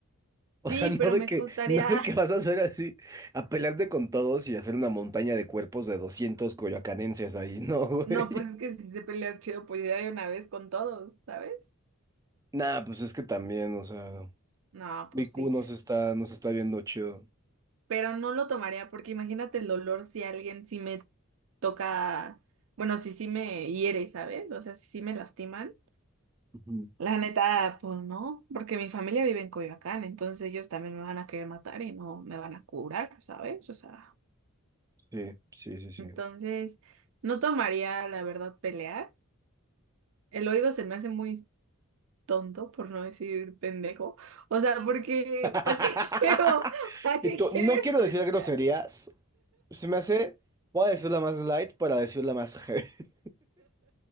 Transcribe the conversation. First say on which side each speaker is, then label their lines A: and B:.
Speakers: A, on the right (about 65°); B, on the right (about 15°).
A: <laughs>
B: O
A: Sí,
B: sea, no
A: pero
B: de
A: me
B: que,
A: gustaría.
B: no de que vas
A: <laughs>
B: a hacer así, a pelearte con todos y hacer una montaña de cuerpos de 200 coyoacanenses ahí, <laughs> no, güey.
A: No, pues es que si sé pelear chido, pues ya de una vez con todos, ¿sabes?
B: Nah, pues es que también, o sea,
A: No, pues
B: BQ
A: sí.
B: no se está, no se está viendo chido.
A: pero no lo tomaría porque imagínate el dolor si alguien sí me toca, bueno, si sí me hiere, ¿sabes? O sea, si sí me lastiman.
B: Ujú.
A: La neta, pues no, porque mi familia vive en Coyoacán, entonces ellos también me van a querer matar y no me van a curar, ¿sabes? O sea,
B: Sí, sí, sí, sí.
A: entonces no tomaría, la verdad, pelear. El oído se me hace muy tonto, por no decir pendejo. O sea, porque
B: <laughs>
A: ¿para qué <laughs> quiero? ¿Para
B: Y
A: qué
B: tú
A: quiero
B: no quiero
A: escuchar?
B: decir groserías. Se me hace. Voy a decir la más light para decir la más heavy. <laughs>